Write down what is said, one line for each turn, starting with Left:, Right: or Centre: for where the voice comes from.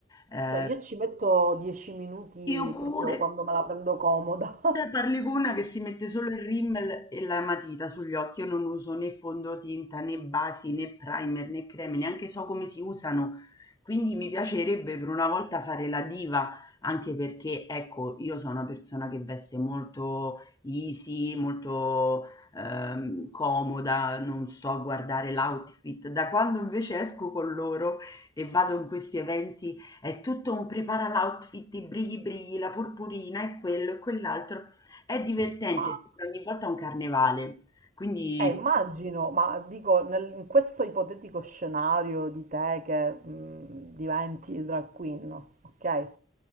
Left: Ehm,
Right: Cioè, io ci metto dieci minuti
Left: io pure
Right: proprio quando me la prendo comoda.
Left: Cioè parli con una che si mette solo il rímel e la matita sugli occhi. Io non uso né fondotinta, né basi, né primer, né creme, neanche so come si usano. Quindi mi piacerebbe per una volta fare la diva, anche perché, ecco, io sono una persona che veste molto easy, molto ehm, comoda, non sto a guardare l'outfit. Da quando invece esco con loro e vado in questi eventi è tutto un prepara l'outfit, i brighi brighi, la purpurina e quello e quell'altro. È divertente,
Right: <laughs>
Left: sembra ogni volta un carnevale. Quindi
Right: Eh, immagino, ma dico, nel- in questo ipotetico scenario di te che mh, diventi drag queen, no? ok?